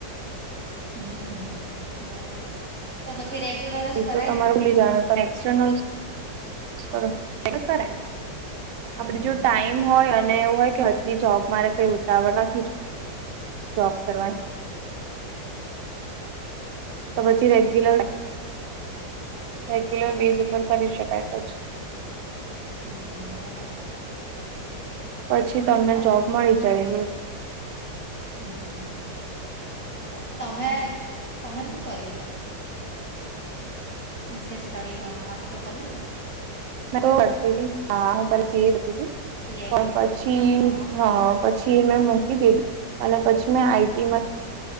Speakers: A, in the centre; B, on the right (about 80°).
A: હમ, હ, બરાબર છે. તો પછી રેગ્યુલર જ
B: એ
A: કરાય
B: તો તમારું
A: ને.
B: લી જાણે, એક્સ્ટનલ કર, આપડે
A: હમ.
B: જો ટાઈ એમ હોય, અને એવું હોય કે, હજી જોબ મારે કઈ ઉતાવળ નથી, જોબ કરવાની. તો પછી રેગ્યુલર રેગ્યુલર બેઝ
A: બરાબર.
B: ઉપર કરી શકાય, પછી
A: હમ, બરાબર છે.
B: પછી તમને
A: હા.
B: જોબ મળી જાય એવું.
A: હમ, પછી તમે તમે શું કરે છે? મીન્સ કે, સ્ટડીમાં માસ્ટર કરી શકો.
B: તો વતી હતી હા હું પછી એ તું
A: સીએ
B: પણ પછી
A: અહ
B: હ <unintelligible> પછી એમે મૂકી દીધી, અને પછી મેં આઈટીમાં